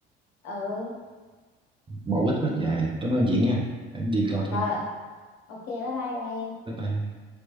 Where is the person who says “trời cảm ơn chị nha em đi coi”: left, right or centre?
Right